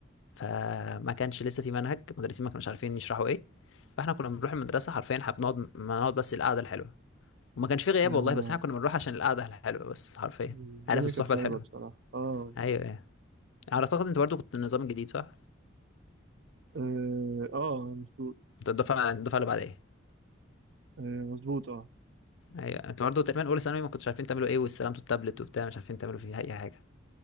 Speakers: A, on the left; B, on the right.
A: فما كانش لسه في منهج المدرسين ما كانوش عارفين يشرحوا ايه فاحنا كنا بنروح المدرسه حرفيا احنا بنقعد ما نقعد بس القعده الحلوه وما كانش في غياب
B: آه.
A: والله بس احنا كنا بنروح عشان القعده الحلوه بس حرفيا
B: الدنيا
A: عارف الصحبه
B: كانت سايبة
A: الحلوه
B: بصراحة اه
A: ايوه ايوه على اعتقد انت برضو كنت النظام الجديد صح
B: اه آه، مظبوط
A: انت الدفعه الدفعه اللي بعد ايه
B: آه مظبوط اه
A: ايوه انت برضو تقريبا اولى ثانوي ما كنتش عارفين تعملوا ايه واستلمتوا التابلت وبتاع مش عارفين تعملوا فيه اي حاجه